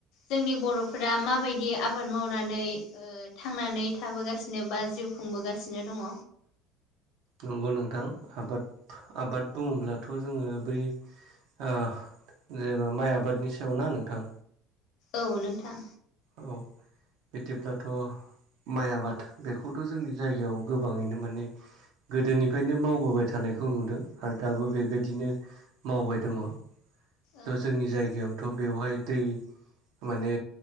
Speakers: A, on the left (about 60°); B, on the right (about 65°).
A: जोंनि बर'फोरा माबायदि आबाद मावनानै ओ थांनानै थाबोगासिनो बा जिउ खुंबोगासिनो दंङ।
B: नंगौ नोंथां आबाद आबाद बुंङोब्ला थ' जोंङो बै ओ जेनेबा माइ आबादनि सायाव ना नोंथां?
A: औ नोंथां।
B: औ बिदिब्लाथ' माइ आबाद बेखौथ' जोंनि जायगायाव गोबांङैनो माने गोदोनिफ्रायनो मावबोबाय थानायखौ नुदों आरो दाबो बेबायदिनो मावबाय दंङ। ज-जोंनि
A: औ
B: जायगायावथ' बेवहाय दै माने